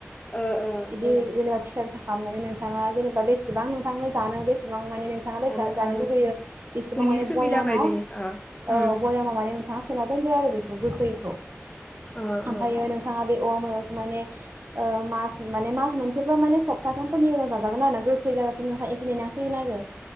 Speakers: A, on the left; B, on the right.
A: ओ ओ
B: इदि जेनेबा फिसा फिसा खामनानै नोंथाङा जेनेबा बेसेबां नोंथांनो जानो बेसेबां माने नों थाङा
A: सानो
B: बेसां जानो
A: ओ
B: लुुबैयो बेसेबां
A: नोंनि
B: माने
A: सुबिदा
B: बयामाव
A: बायदि अ
B: औ
A: उम
B: बयामाव माने नोंथा सोना दोनदो आरो बेखौ गोखैखौ
A: अ ओ
B: ओमफायो नोंथाङा बे औ मेवाइखो माने ओ मास माने मास मोनसेबा माने सप्ताथामफोरनि उनाव जाज जागोनना ना गोखै जाजासिम नोहा एसे नेनो हास सिन आरो